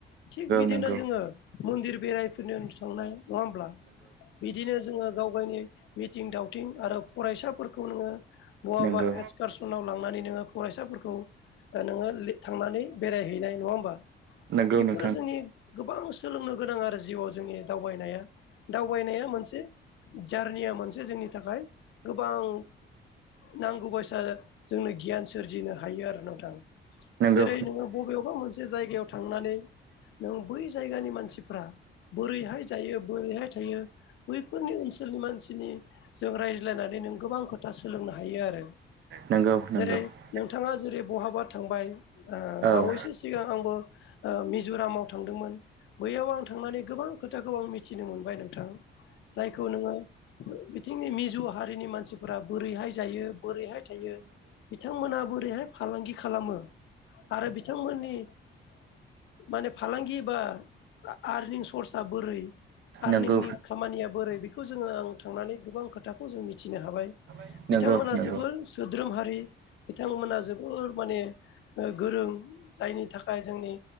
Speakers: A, on the left; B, on the right.
A: थिग बिदिनो
B: थांनाय
A: जोङो मन्दिर बेरायफोरनि थांनाय नङा होमब्ला बिदिनो जोङो। गाव गावनि मिथिं दावथिं। आरो फरायसाफोरखौ नोङो बहाबबा
B: नोङो
A: एक्सकारसनाव लांनानै नोङो फरायसाफोरखौ। नोङो थांनानै बेरायहैनाय नङा होमबा।
B: नङा
A: बेफोरो
B: होमबा
A: जोंनि गोबां सोलोंनो गोनां आरो जिउआव जोंनि दावबायनाया दावबायनाया। मोन जारनिया मोनसे जोंनि थाखाय गोबां नांगौ ब जोंनो गियान सोरजिनो हायो आरो नोंथां।
B: नंगौ
A: जेरै नोङो बबेयावबा मोनसे जायगायाव थांनानै नों बै जायगानि मानसि। मानसिफोरा। बोरैहाय जायो बोरैहाय थायो बैफोरनि ओनसोलनि मानसिनि जों राय रायनानै नों गोबां खोथा सोलोंनो हायो आरो।
B: बावैसो सिगां
A: जेरै नोंथाङा जेरै बहाबा थांबाय।
B: आंबो
A: बावैसो सिगां आंबो मिजरामाव थांदोंमोन बैयाव आं थांनानै गोबां खोथाखौ आं मिथिनो मोनबाय नोंथां। जायखौ नोङो बिथिंनि मिज जिु हारिनि मानसिफोरा बोरैहाय जायो बोरैहाय थायो। बिथांमोनहा बोरैहाय फालांगि खालामो। आरो बिथांमोननि माने। फालांगि बा आरनिं सर्स बोरै। आरनिंनि
B: नंगौ
A: खामानिया बोरै बेखौ जोङो आं थांनानै गोबां खोथाखौ जों मिथिनो हाबाय।
B: बिथांमोना
A: बिथांमोनहा जोबोद सोद्रोम हारि बिथांमोना जोबोर माने गोरों जायनि थाखाय जोंनि।